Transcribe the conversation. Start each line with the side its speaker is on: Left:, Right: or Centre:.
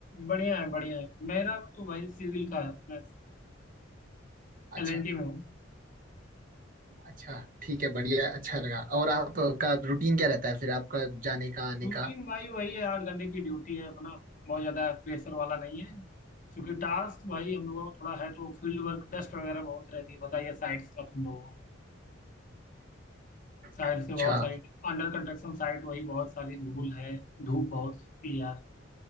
Left: बढ़िया है बढ़िया है मेरा तो भाई सिविल का है मैं
Right: अच्छा
Left: एलएनटी में हूँ
Right: अच्छा ठीक है बढ़िया अच्छा लगा और आपका रूटीन क्या रहता है फिर आपका जाने का आने
Left: रूटीन
Right: का
Left: भाई वही है आठ घंटे की ड्यूटी है अपना बहुत ज्यादा प्रेशर वाला नहीं है क्योंकि टास्क भाई हम लोगों को थोड़ा है तो फील्ड वर्क डस्ट वगैरह बहुत रहती है बताइए साइट्स का तुम लोगों को साइट
Right: अच्छा
Left: से बहुत सारी अंडर कंस्ट्रक्शन साइट वही बहुत सारी धूल है धूप बहुत होती है यार